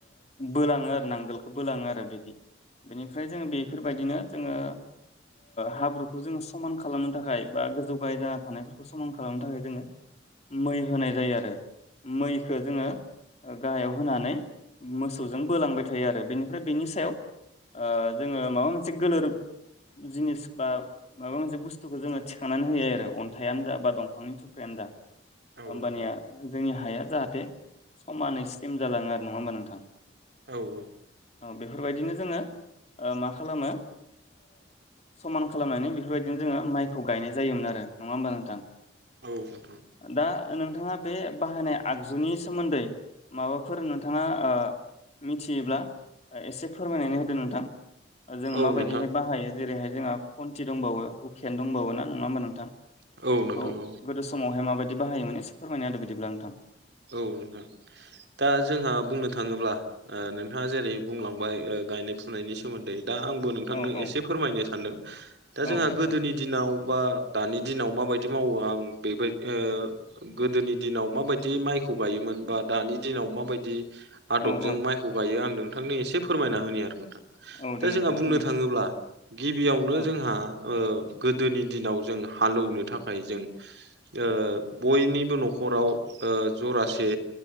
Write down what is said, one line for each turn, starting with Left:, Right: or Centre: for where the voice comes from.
Left: बोलाङो आरो नांगोलखौ बोलाङो आरो बिदि। बेनिफ्राय जोङो बेफोरबायदिनो जोङो। हाब्रुखौ जोङो समान खालामनो थाखाय बा गोजौ गाय जाना थानायफोरखौ। खौ समान खालामनो थाखाय जोङो मै होनाय जायो आरो मैखौो जोङो। गाहायाव होनानै मोसौजों बोलांबाय थायो आरो बेनिफ्राय बेनि सायाव। जोङो माबा मोनसे गोलोर जिनिस बा माबा मोनसे बुस्थुखौ जोङो थिखनानै होयो आरो अन्थाइयानो जा बा दंफांनि थुख्रायानो जा।
Right: औ नोंथां
Left: हबानिया जोंनि हाया जाहाथे समानै स्लिम जालाङो आरो नङा होमबा नोंथां।
Right: औ औ।
Left: औ बेफोरबायदिनो जोङो मा खालामो। समान खालामनानै बेफोरबायदिनो जोङो माइखौ गायनाय जायोमोन आरो नङा होमबा नोंथां।
Right: औ म
Left: दा नोंथाङा। बे बाहायनाय आगजुनि सोमोन्दै माबाफोर नोंथाङा। मिथियोब्ला एसे फोरमायनानै होदो नोंथां। जोङो
Right: औ
Left: माबायदिहाय
Right: नोंथां औ
Left: बाहायो जेरैहाय जोंहा कन्ट्रि दंबावो हुखिान दंबावो ना नङा होमबा नोंथां
Right: नोंथां
Left: बेफोरखौ।
Right: औ
Left: गोदो समावहाय माबायदि बायोमोन एसे फोरमायनाय आरो बिदिब्ला नोंथां।
Right: औ नोंथां दा जोंहा बुंनो थाङोब्ला। नोंथाङा जेरै बुंलांबाय गायनाय फुनायनि सोमोन्दै। दा आंबो नोंथांनो
Left: औ औ
Right: एसे फोरमायनो सानदों दा
Left: औ
Right: जोंहा
Left: नोंथां
Right: गोदोनि दिनाव बा दानि दिनाव माबायदि मावो आं बेबायदि गोदोनि दिनाव माबायदि माइखौ गायोमोन बा दानि दिनाव माबायदि आदबजों
Left: औ औ
Right: माइ खौ गायो आं नोंथांनो एसे फोरमायना होनि आरो नोंथां
Left: औ दे
Right: दा
Left: नोंथां
Right: जोंहा
Left: फोरमायदो
Right: बुंनो थाङोब्ला गिबियावनो
Left: औ
Right: जोंहा ओ गोदोनि दिनाव जों हालौनो थाखाय जों ओ बयनिबो न'खराव ओ जरासे